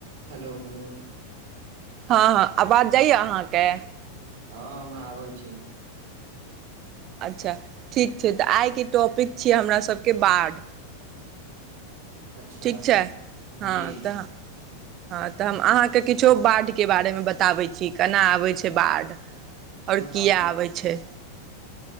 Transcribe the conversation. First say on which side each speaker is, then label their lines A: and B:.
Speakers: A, on the right (about 50°); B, on the right (about 35°).
A: <inaudible> हेलो हेलो
B: हँ हँ आवाज जाइय अहाँके
A: हँ हमरा आबै छै
B: अच्छा ठीक छै तऽ आइके टॉपिक छियै हमरा सबके बाढ़
A: अच्छा
B: ठीक छै हँ
A: <inaudible> जी
B: तऽ हँ तऽ हम अहाँके किछो बाढ़िके बारेमे बताबै छी केना आबैत छै बाढ़ि और
A: बताबू
B: किया आबै छै